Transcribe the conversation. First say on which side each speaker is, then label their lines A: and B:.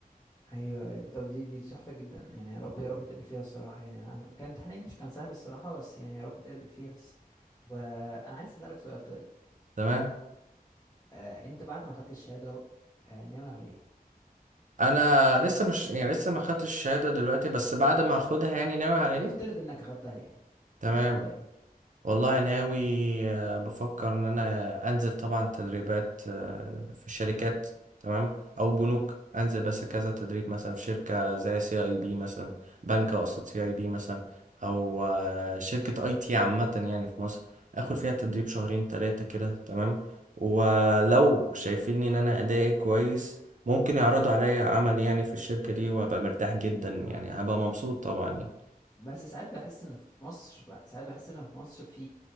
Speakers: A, on the left (about 20°); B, on the right (about 55°).
A: ايوه ايوه طب دي دي تحفه جدا يعني يا رب يا رب تقبل فيها الصراحه يعني انا كان امتحان انجلش كان سهل الصراحه بس يعني يا رب تقبل فيها الس... وانا عايز اسالك سؤال طيب
B: تمام
A: آه انت بعد ما خدت الشهاده أهو، آه ناوي على ايه
B: أنا لسه مش يعني لسه ما خدتش الشهادة دلوقتي بس بعد ما أخدها يعني ناوي على
A: افترض
B: إيه
A: انك خدتها يعني ان
B: تمام
A: شاء الله يعني
B: والله ناوي آه، بفكر ان انا انزل طبعا تدريبات آه، في شركات تمام او بنوك انزل بس كذا تدريب مثلا في شركة زي سي اي بي مثلا بنك اقصد سي اي بي مثلا او آه، شركة اي تي عامة يعني في مصر اخد فيها تدريب شهرين ثلاثة كده تمام ولو شايفين ان انا ادائي كويس ممكن يعرضوا عليا عمل يعني في الشركة دي وابقى مرتاح جدا يعني هبقى مبسوط طبعا يعني
A: بس ساعات بحس ان في مصر بقى ساعات بحس ان في مصر في